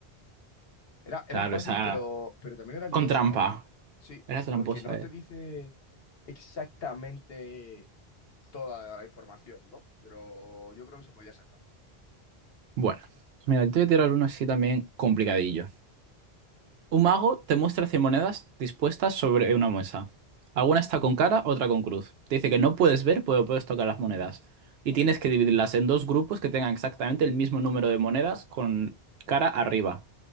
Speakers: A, on the left (about 70°); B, on the right (about 75°).
A: Era,
B: Claro,
A: era fácil,
B: esa.
A: pero, pero también era lioso,
B: Con trampa.
A: ¿no? Sí,
B: Era tramposa,
A: porque no te
B: eh.
A: dice exactamente toda la información, ¿no? Pero yo creo que se podía sacar.
B: Bueno. pues Mira, yo te voy a tirar uno así también complicadillo. Un mago te muestra 100 monedas dispuestas sobre una mesa. Alguna
A: Ujú.
B: está con cara, otra con cruz. Te dice que no puedes ver, pero puedes tocar las monedas.
A: Vale.
B: Y tienes que dividirlas en dos grupos que tengan exactamente el mismo número de monedas con cara arriba.